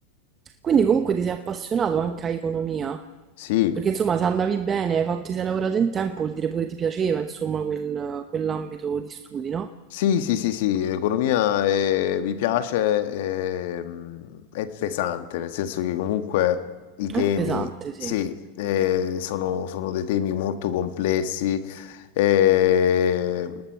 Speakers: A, on the right (about 30°); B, on the left (about 65°).
A: Quindi comunque ti sei appassionato anche a economia,
B: Sì,
A: perché insomma se andavi bene, hai fatto, ti sei lavorato in tempo, vuol dire pure ti piaceva, insomma, quel- quell'ambito di studi, no?
B: Sì, sì, sì, sì, economia eh, mi piace, ehm, è pesante, nel senso che comunque i
A: È
B: temi,
A: pesante, sì.
B: sì, eh, sono, sono dei temi molto complessi. eh,